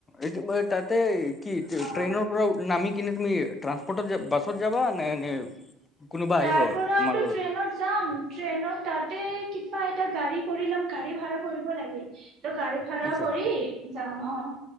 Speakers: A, on the left; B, on the right.
A: এইটো তাতে কি ট্ৰেইনৰ
B: অ
A: পৰা নামি কিনে তুমি ্ৰান্সপৰ্টত বছত যাবা নে কোনোবা
B: ইয়াৰ
A: আহিব
B: পৰাতো
A: তোমাৰ লগত
B: ট্ৰেইনত যাম ট্ৰেইনত তাতে পাই এটা গাড়ী কৰি ল'ম। গাড়ী ভাড়া কৰিব লাগে। ত, গাড়ী ভাড়া
A: আচ্ছা
B: কৰি যাম অ'।